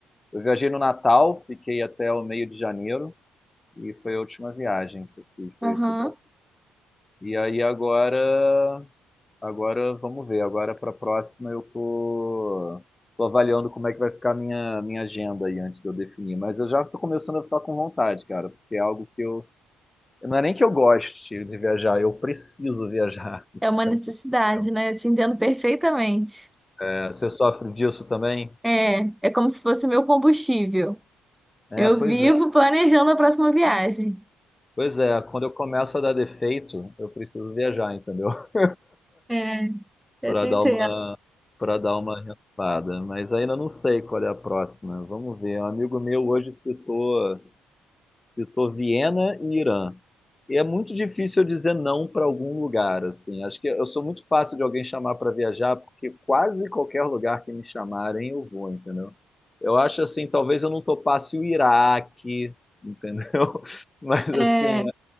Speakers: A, on the left (about 20°); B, in the centre.
A: eu viajei no Natal, fiquei até o meio de janeiro e foi a última viagem que eu fiz, foi,
B: Aham.
A: fui pra, e aí agora Agora vamos ver. Agora para a próxima eu tô, tô avaliando como é que vai ficar a minha, minha agenda aí antes de eu definir. Mas eu já tô começando a ficar com vontade, cara, porque é algo que eu. Não é nem que eu goste de viajar, eu preciso viajar. <laughs> de
B: É uma
A: tempo
B: necessidade,
A: em tempo.
B: né? Eu te entendo perfeitamente.
A: É, Você sofre disso também?
B: É, é como se fosse meu combustível.
A: É,
B: Eu
A: pois
B: vivo
A: é.
B: planejando a próxima viagem.
A: Pois é, quando eu começo a dar defeito, eu preciso viajar, entendeu? <laughs>
B: É, eu
A: Para
B: te
A: dar
B: entendo.
A: uma, para dar uma renovada. Mas ainda não sei qual é a próxima. Vamos ver. Um amigo meu hoje citou. Citou Viena e Irã. E é muito difícil eu dizer não para algum lugar, assim. Acho que eu sou muito fácil de alguém chamar para viajar, porque quase qualquer lugar que me chamarem eu vou, entendeu? Eu acho assim, talvez eu não topasse o Iraque, entendeu? <laughs> Mas
B: É,
A: assim,